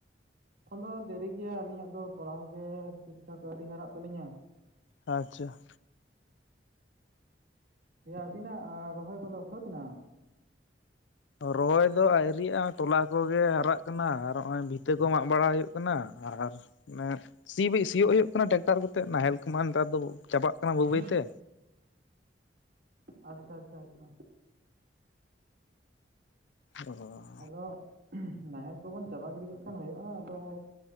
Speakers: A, on the right; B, on the left.
A: ᱮᱠᱷᱚᱱ ᱫᱚ ᱫᱮᱨᱤ ᱜᱮᱭᱟ ᱟᱹᱞᱤᱧᱟᱜ ᱫᱚ ᱛᱚᱲᱟᱣ ᱜᱮ ᱴᱷᱤᱠ ᱴᱷᱟᱠ ᱟᱹᱣᱨᱤ ᱦᱟᱨᱟᱜ ᱛᱟᱹᱟᱞᱤᱧᱟ᱾
B: ᱟᱪᱪᱷᱟ᱾
A: ᱦᱮᱸ ᱟᱹᱵᱤᱱᱟᱜ ᱨᱚᱦᱚᱭ ᱠᱚᱫᱚ ᱥᱟᱹᱛ ᱮᱱᱟ?
B: ᱨᱚᱦᱚᱭ ᱫᱚ ᱟᱹᱭᱨᱤᱭᱟᱜᱼᱟ ᱛᱚᱞᱟ ᱠᱚᱜᱮ ᱦᱟᱨᱟᱜ ᱠᱟᱱᱟ ᱟᱨ ᱱᱚᱜ-ᱚᱭ ᱵᱷᱤᱛᱟᱹ ᱠᱚ ᱢᱟᱜ ᱵᱟᱲᱟ ᱦᱩᱭᱩᱜ ᱠᱟᱱᱟ ᱟᱨ ᱥᱤ ᱵᱤᱫ ᱥᱤᱭᱳᱜ ᱦᱩᱭᱩᱜ ᱠᱟᱱᱟ ᱴᱨᱮᱠᱴᱟᱨ ᱠᱟᱛᱮᱜ ᱱᱟᱦᱮᱞ ᱠᱚᱢᱟ ᱱᱮᱛᱟᱨ ᱫᱚ ᱪᱟᱵᱟᱜ ᱠᱟᱱᱟ ᱵᱟᱹᱭ
A: <unintelligible>
B: ᱵᱟᱹᱭᱛᱮ
A: ᱟᱪᱪᱷᱟ ᱟᱪᱪᱷᱟ ᱟᱪᱪᱷᱟ᱾
B: ᱚᱦᱚ᱾
A: ᱟᱫᱚ ᱱᱟᱦᱮᱞ ᱠᱚᱵᱚᱱ ᱪᱟᱵᱟ ᱜᱤᱰᱤ ᱠᱟᱜ ᱠᱷᱟᱱ ᱦᱩᱭᱩᱜᱼᱟ ᱟᱫᱚ